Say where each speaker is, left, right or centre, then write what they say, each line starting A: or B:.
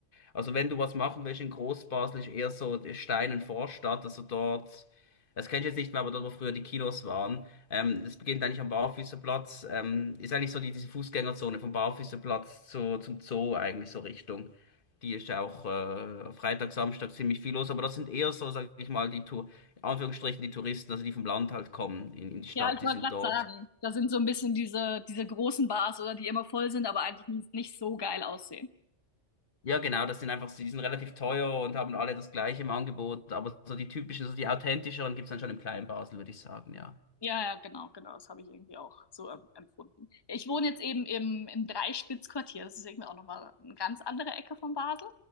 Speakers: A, on the left; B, on the left.
A: Also wenn du was machen willst in Großbasel, ist eher so Steinen Vorstadt, also dort, das kenne ich jetzt nicht mehr, aber dort, wo früher die Kinos waren. Ähm, das beginnt eigentlich am Barfüßerplatz. Ähm, ist eigentlich so die, diese Fußgängerzone vom Barfüßerplatz zu, zum Zoo eigentlich so Richtung. Die ist ja auch äh, Freitag, Samstag ziemlich viel los, aber das sind eher so, sag ich mal, die Tour, in Anführungsstrichen die Touristen, also die vom Land halt kommen in, in die Stadt,
B: Ja, ich
A: die
B: wollte
A: sind
B: gerade
A: dort.
B: sagen, da sind so ein bisschen diese, diese großen Bars oder die immer voll sind, aber eigentlich nie, nicht so geil aussehen.
A: Ja, genau, das sind einfach, so- die sind relativ teuer und haben alle das gleiche im Angebot, aber so die typischen, so die authentischeren gibt es dann schon im kleinen Basel, würde ich sagen, ja.
B: Ja, ja, genau, genau, das habe ich irgendwie auch so ähm, empfunden. Ja, Ich wohne jetzt eben im, im Dreispitzquartier, das ist irgendwie auch nochmal eine ganz andere Ecke von Basel,